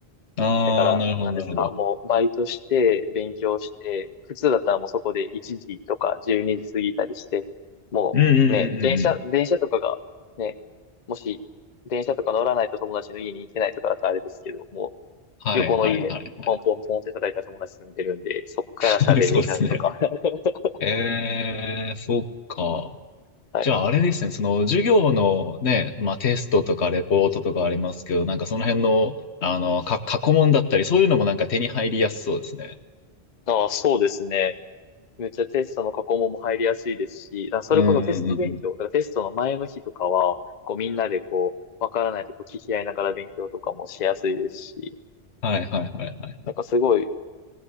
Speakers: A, on the left (about 85°); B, on the left (about 45°).
A: あー、
B: だから、
A: なるほどなるほど。
B: なんですか、もうバイトして、勉強して、普通だったらもうそこで1時とか12時過ぎたりして、もうね、
A: うんうんうんうんうん。
B: 電車、電車とかがね、もし電車とか乗らないと友達の家に行けないとかだったらあれですけど、も
A: はいはいはいは
B: う横の家、ポンポンポンって叩いたら友達住んでるんで、そっから喋れちゃうとか。
A: い。<laughs> そうですね。
B: <laughs>
A: えー、そっか。
B: はい。
A: じゃああれですね、その授業のね、まあテストとかレポートとかありますけど、なんかその辺の、あの、か、過去問だったり、そういうのもなんか手に入りやすそうですね。
B: ああ、そうですね。めっちゃテストの過去問も入りやすいですし、だからそれこそテスト勉強、
A: うんうんうんうん。
B: だからテストの前の日とかは、こうみんなでこう、わからないとこ聞き合いながら勉強とかもしやすいですし、
A: はいはいはいはい。
B: なんかすごい、